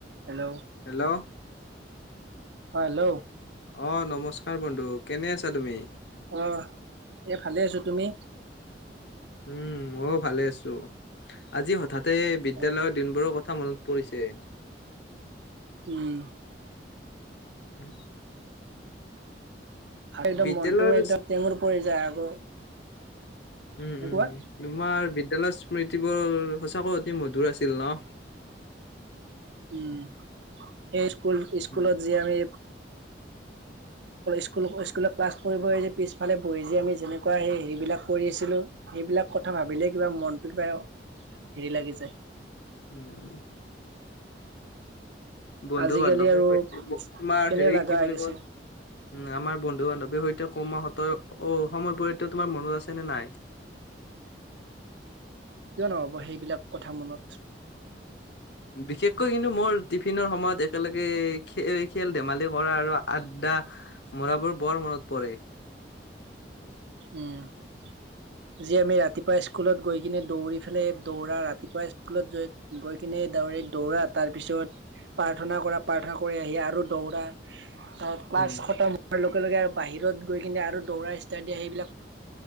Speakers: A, on the right (about 80°); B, on the left (about 75°).
A: Hello,
B: hello,
A: hello
B: অ, নমস্কাৰ বন্ধু কেনে আছা তুমি?
A: অ, এই ভালে আছো তুমি?
B: উম, ময়ও ভালে আছো, আজি হঠাতে বিদ্যালয়ত
A: অ
B: দিনবোৰৰ কথা মনত পৰিছে।
A: উম,
B: <unintelligible>
A: আৰু একদম
B: বিদ্যালয়ৰ
A: মনটোও, একদম টেঙুৰ পৰি যায় আকৌ।
B: উম,
A: এনেকুৱা
B: উম, উম, তোমাৰ বিদ্যালয়ৰ স্মৃতিবোৰ সঁচাকৈ অতি মধুৰ আছিল ন,?
A: উম, সেই স্কুল-স্কুলত
B: উম
A: যি আমি স্কুল-স্কুলত ক্লাছ কৰিব, পিছফালে বহি যে আমি যেনেকুৱা সেই হেৰিবিলাক কৰি আছিলোঁ। সেইবিলাক কথা ভাবিলে, কিবা মনটো কিবা হেৰি লাগি যায়।
B: উম,, বন্ধু-বান্ধবী
A: আজিকালি আৰু
B: তোমাৰ,
A: কেনে
B: হেৰি
A: লগা
B: কি বুলি
A: হৈ গৈছে
B: কয়। উম আমাৰ বন্ধু বান্ধৱীৰ সৈতে কমাহঁত অ সময়বোৰ এতিয়া তোমাৰ মনত আছে নে নাই
A: কিয় নহব সেইবিলাক কথা মনত
B: বিশেষকৈ কিন্তু মোৰ টিফিনৰ সময়ত একেলগে খেল ধেমালি কৰা আৰু আদ্ডা মৰাবোৰ বৰ মনত পৰে
A: উম যি আমি ৰাতিপুৱা স্কুলত গৈ সিপিনে দৌৰি ফেলাই দৌৰা ৰাতিপুৱা স্কুলতৈ গৈ কিনে দাইৰেক্ট দৌৰি দৌৰা তাৰপিছত প্ৰাৰ্থনা কৰা প্ৰাৰ্থনা কৰি আহি আৰু দৌৰা তাত ক্লাছ
B: উম
A: খটম হোৱাৰ লগে লগে আৰু বাহিৰত গৈ কিনে আৰু দৌৰা ষ্টাত ডিয়া সেইবিলাক